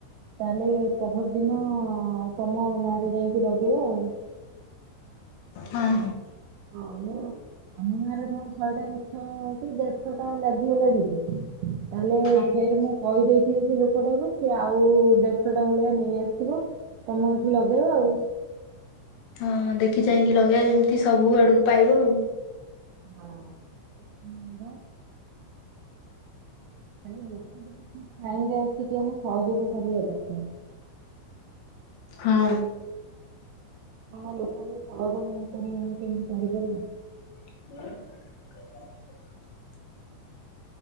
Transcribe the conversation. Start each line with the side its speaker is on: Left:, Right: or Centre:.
Right: ତାହେଲେ ପହର ଦିନ। ହଁ ତମ ଗାଁରେ ଯାଇକି ଲଗେଇବା ଆଉ।
Left: ହଁ ହଁ।
Right: ଆଉ ଆମ ଗାଁ ରେ ଧର ଶହେଟା ଗଛ କି ଦେଢଶହ ଟା ଲାଗୁ। ଯଦି ତାହେଲେ
Left: ହଁ
Right: ଫେରେ ମୁଁ କହିଦେଇ ସେ ଲୋକଟାକୁ ସେ ଆଉ ଦେଶଟା ଭଳିଆ ନେଇ ଆସିଥିବ ତମେ ଏଠି ଲଗେଇବ ଆଉ।
Left: ହଁ ଦେଖି ଚାହିଁକି ଲଗେଇବା ଯେମିତି ସବୁ ଆଡକୁ ପାଇବ ଆଉ।
Right: ହଁ <unintelligible> ଖଲି ଲୋକ ଯଠ ଟାଇ ଆିକ ଆମେ ସହଯୋଗ କରିବା ଦରକାର <unintelligible>
Left: ହଁ।
Right: କ ଲୋକ ବି କରିବା ଆମ କେମିତି କରିପାରିବା?
Left: ହ <unintelligible>